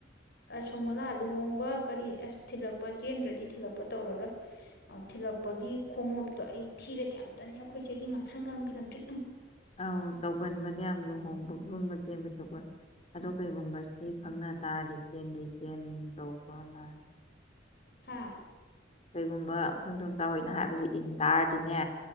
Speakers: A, on the left; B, on the left.
A: ꯁꯣꯒꯣꯂꯥ ꯂꯨꯍꯣꯡꯕ ꯀꯔꯤ ꯑꯁ ꯊꯤꯜꯂꯛꯄ ꯆꯦꯟꯗ꯭ꯔꯗꯤ ꯊꯤꯜꯂꯛꯄ ꯇꯧꯔꯔꯣꯏ ꯊꯤꯜꯂꯛꯄꯒꯤ ꯈꯣꯡꯎꯞꯇꯣ ꯑꯩ ꯊꯤꯔꯗꯤ ꯌꯥꯝꯇꯅꯤ ꯑꯩꯈꯣꯏꯁꯦꯒꯤ ꯉꯥꯛꯁꯪ ꯉꯥꯡꯕꯤ ꯉꯝꯗ꯭ꯔꯤ
B: ꯑꯥꯎ ꯇꯧꯒꯟꯕꯅꯦ ꯌꯥꯝ ꯂꯨꯍꯣꯡꯉꯦ ꯣꯠꯀꯨꯝꯕ ꯆꯦꯟꯕ ꯊꯣꯛꯄ ꯑ ꯀꯩꯒꯨꯝꯕ ꯁꯤ ꯈꯪꯅ ꯇꯥꯔꯗꯤ ꯆꯦꯟꯗꯤ ꯆꯦꯟ ꯇꯧꯕ ꯂꯦ
A: ꯍꯥꯥ
B: ꯀꯩꯒꯨꯝꯕ ꯈꯈꯣꯡꯊꯣ ꯆꯥꯎꯍꯣꯏꯅ ꯍꯥꯏꯕꯁꯦ ꯏꯟ ꯇꯥꯔꯗꯤꯅꯦ